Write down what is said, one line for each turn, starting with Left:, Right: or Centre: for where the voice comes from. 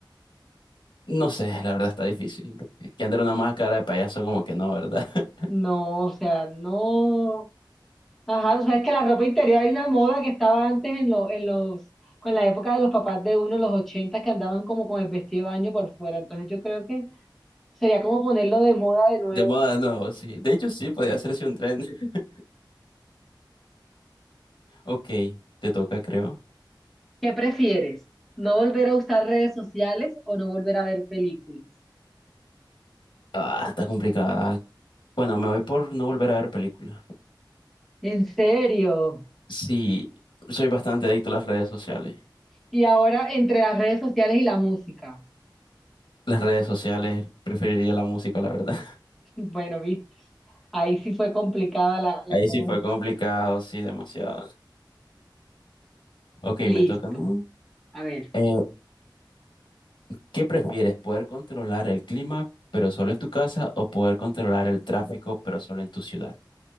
Left: No sé, la verdad está difícil. Es Que andar una máscara de payaso como que no, ¿verdad? <laughs>
Centre: No, o sea, no. Ajá, tú sabes que la ropa interior hay una moda que estaba antes en, lo- en los, con la época de los papás de uno, los 80, que andaban como con el vestido de baño por fuera. Entonces yo creo que sería como ponerlo de moda de nuevo.
Left: De moda de nuevo, sí. De hecho, sí, podría hacerse un tren. <laughs> Ok, te toca, creo.
Centre: ¿Qué prefieres? ¿No volver a usar redes sociales o no volver a ver películas?
Left: Ah, está complicada. Bueno, me voy por no volver a ver películas.
Centre: En serio.
Left: Sí, soy bastante adicto a las redes sociales.
Centre: Y ahora entre las redes sociales y la música.
Left: Las redes sociales, preferiría la música, la verdad.
Centre: <laughs> Bueno, viste, ahí sí fue complicada la, la
Left: Ahí
Centre: ¿cómo
Left: sí fue
Centre: es?
Left: complicado, sí, demasiado. Ok,
Centre: Listo.
Left: me toca a mí.
Centre: A ver,
Left: Eh, ¿qué prefieres? ¿Poder controlar el clima, pero solo en tu casa, o poder controlar el tráfico, pero solo en tu ciudad?